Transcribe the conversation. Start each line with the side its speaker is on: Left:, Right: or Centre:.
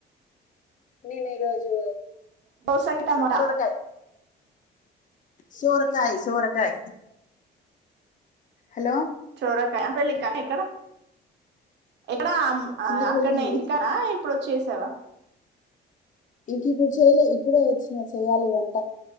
Left: నేను ఈరోజు
Right: దోశ కట్ట టమోటా
Left: సోరకాయ సోరకాయ సోరకాయ హలో
Right: ఇక్కడ అక్కడ
Left: జింజర్
Right: అక్కడ
Left: పెళ్లి ఉంది
Right: ఏంటిక అప్పుడు వచ్చసావా
Left: ఇంక ఇప్పుడు చేయలే ఇప్పుడే వచ్చినా చెయాలి వంట